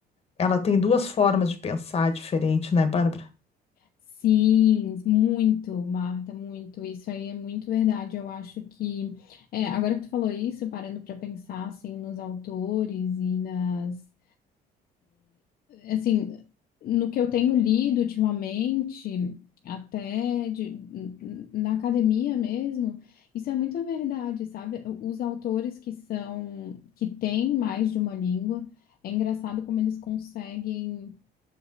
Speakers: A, on the left (about 35°); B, on the left (about 60°).
A: ela tem duas formas de pensar diferente, né, Bárbara?
B: Sim, muito, Marta, muito. Isso aí é muito verdade. Eu acho que, é, agora que tu falou isso, parando para pensar assim nos autores e nas, assim, no que eu tenho lido ultimamente, até de- n- n- na academia mesmo, isso é muito verdade, sabe? Os autores que são, que têm mais de uma língua, é engraçado como eles conseguem